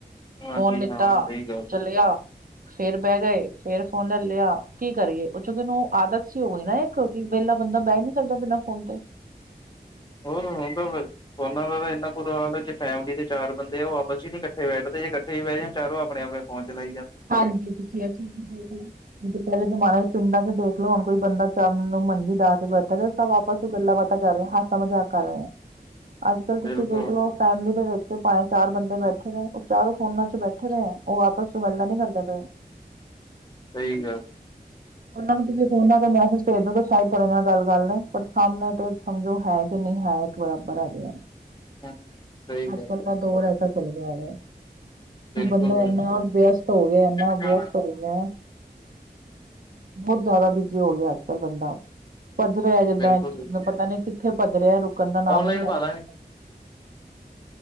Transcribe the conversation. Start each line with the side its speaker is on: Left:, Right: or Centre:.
Left: ਹਾਂਜੀ
Right: ਫੋਨ ਲਿੱਤਾ
Left: ਹਾਂ ਸਹੀ ਗੱਲ
Right: ਚੱਲਿਆ ਫੇਰ ਬਹਿ ਗਏ ਫੇਰ ਫੋਨ ਲੈ ਲਿਆ ਕੀ ਕਰੀਏ ਕਿਉਂਕਿ ਉਹਨੂੰ ਆਦਤ ਜੀ ਹੋਈ ਨਾ ਇੱਕ ਕਿ ਵਹਲਾ ਬੰਦਾ ਬਹਿ ਨੀ ਸਕਦਾ ਬਿਨਾਂ ਫੋਨ ਤੋ।
Left: ਹੋਰ ਹੋਣ ਦੋ ਫਿਰ ਫੋਨਾਂ ਦਾ ਤਾਂ ਇੰਨਾ ਬੁਰਾ ਹਾਲ ਜੇ ਫੈਮਿਲੀ ਦੇ ਚਾਰ ਬੰਦੇ ਆ ਉਹ ਆਪਸ ਚ ਨੀ ਇਕੱਠੇ ਬੈਠਦੇ ਜੇ ਕਈ ਵਾਰੀ ਨਾ ਚਾਰੋ ਆਪਣੇ ਆਪਣੇ ਫੇਰ ਫੋਨ ਚਲਾਈ ਜਾ
Right: ਹਾਂਜੀ ਤੁਸੀਂ ਆ ਚੀਜ਼ ਦੇਖਲੀ ਜੇ ਪਹਿਲੇ ਜਮਾਨੇ ਚ ਪਿੰਡਾਂ ਚ ਦੇਖਲੋ ਹੁਣ ਕੋਈ ਬੰਦਾ ਸ਼ਾਮ ਨੂੰ ਮੰਜੀ ਡਾਕੇ ਬੈਠਾ ਦਾ ਏਦਾਂ ਵਾਪਸ ਗੱਲਾਂ ਬਾਤਾਂ ਕਰ ਰਹੇ ਆ ਹਾਸਾ ਮਜਾਕ ਕਰ ਰਹੇ ਆ ਅੱਜ ਕੱਲ ਤੁਸੀਂ
Left: ਬਿਲਕੁਲ
Right: ਦੇਖਲੋ ਫੈਮਲੀ ਦੇ ਵਿੱਚ ਪੰਜ- ਚਾਰ ਬੰਦੇ ਬੈਠੇ ਨੇ ਉਹ ਚਾਰੋਂ ਫੋਨਾਂ ਚ ਬੈਠੇ ਨੇ ਉਹ ਵਾਪਸ ਵ ਮਨ ਕਰਦਾ ਪੇਆ
Left: ਸਹੀ ਗਾ
Right: <inaudible> ਉਹਨਾਂ ਨੂੰ ਤੁਸੀਂ ਫੋਨਾ ਤੇ ਮੈਸੇਜ ਭੇਜ ਦਿਉ ਤੇ ਸ਼ਾਇਦ ਤੁਹਾਡੇ ਨਾਲ ਗੱਲ ਕਰ ਲੈਨ ਪਰ ਸਾਹਮਣੇ ਤੇ ਸਮਝੋ ਹੈ ਕਿ ਨਹੀਂ ਹੈ। ਬਰਾਬਰ ਆ ਗਿਆ,
Left: ਸਹੀ
Right: ਅੱਜ
Left: ਗੱਲ
Right: ਕੱਲ ਦਾ ਦੌਰ ਐਸਾ ਚੱਲ ਰਿਹਾ ਹੈਗਾ।
Left: ਬਿਲਕੁਲ
Right: ਬੰਦਾ
Left: ਬਿਲਕੁਲ
Right: ਏੰਨਾ ਵਿਅਸਤ ਹੋ ਗਿਆ ਇੰਨਾ
Left: ਬਿਲਕੁਲ
Right: ਵਿਅਸਤ ਹੋ ਗੇਆ ਬਹੁਤ ਜ਼ਿਆਦਾ ਬਿਜੀ ਹੋ ਗਿਆ ਅੱਜ ਕੱਲ੍ਹ ਬੰਦਾ। ਭਜ ਰਿਹਾ ਜਿੱਦਾਂ
Left: ਬਿਲਕੁਲ
Right: ਇੱਕ ਚੀਜ਼ ਨੂੰ ਪਤਾ ਨੀ ਕਿੱਥੇ ਭੱਜ ਰਿਹਾ, ਰੁਕਨ ਦਾ ਨਾਮ
Left: ਔਨਲਾਈਨ
Right: ਹੀ ਲੈ
Left: ਪਾ
Right: ਰਿਹਾ।
Left: ਦਾਂਗੇ